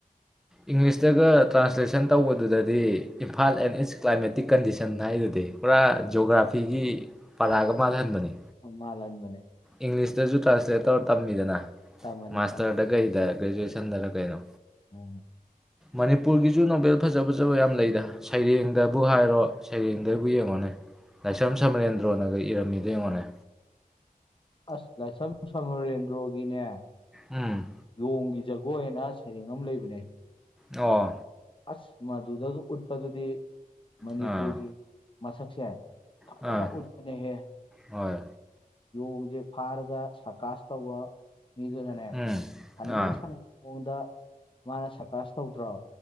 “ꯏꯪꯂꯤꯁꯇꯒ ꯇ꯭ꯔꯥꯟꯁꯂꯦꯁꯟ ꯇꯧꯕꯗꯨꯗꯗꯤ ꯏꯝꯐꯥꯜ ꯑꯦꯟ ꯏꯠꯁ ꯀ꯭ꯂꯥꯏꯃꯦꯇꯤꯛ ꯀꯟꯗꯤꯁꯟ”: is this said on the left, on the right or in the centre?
Centre